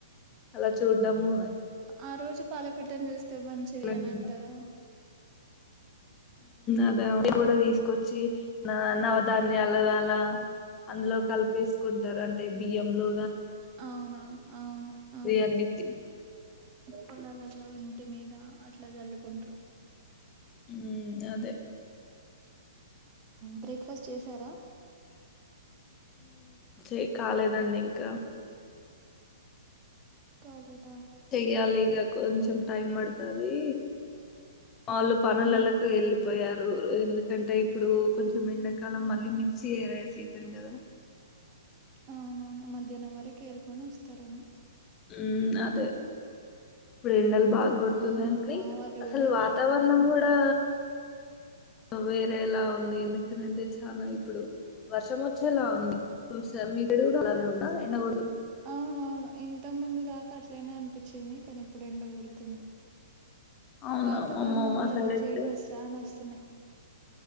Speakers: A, on the left; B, on the right.
A: అలా చూడడాము
B: ఆ రోజు పాల పెట్టని చూస్తే మంచిది
A: తెలంగాణ
B: అని అంటారు అవును
A: అదే అవి కూడా తీసుకొచ్చి నవధాన్యాలు అలా అందులో కలిపేసుకుంటారు అంటే బియ్యం లో
B: అవునవును అవును అవును
A: అనేసి.
B: పొలాలలో ఇంటి మీద అట్లా చల్లుకుంటారు
A: ఉ అదే
B: బ్రేక్ఫాస్ట్ చేసారా
A: ఏ కాలేదండి ఇంకా
B: కాలెదు
A: చెయ్యాలి ఇంక కొంచెం టైం పడుతది వాళ్ళు పనులలకు
B: ఉమ్
A: వెళ్ళిపోయారు ఎందుకంటే ఇప్పుడు కొంచెం ఎండాకాలం మళ్ళీ సీజన్ నే సీజన్ కదా
B: అవునవును మధ్యాహ్నం వరకు ఏరుకొని వస్తారేమో
A: ఉమ్ అదే ఇప్పుడు ఎండలు
B: హ్మ్.
A: బాగ కొడుతున్నాయి
B: మా మా వాళ్ళు
A: అసలు
B: కూడా వెళ్ళారు
A: వాతావరణం కూడా వేరేలా ఉంది ఎందుకని అంటే చానా ఇప్పుడు వర్షం వచ్చేలా ఉంది మీ సైడ్ కూడా ఇలానే ఉందా ఎండ కో
B: అవునవును ఇంత ముందు దాకా అట్లనే అనిపించింది కానీ ఇప్పుడు ఎండ గోడుతుంది
A: అవునా!
B: వాతావరణంలలో
A: అమ్మో! మా సైడ్ అయితే
B: చేంజెస్ చానా వస్తున్నాయి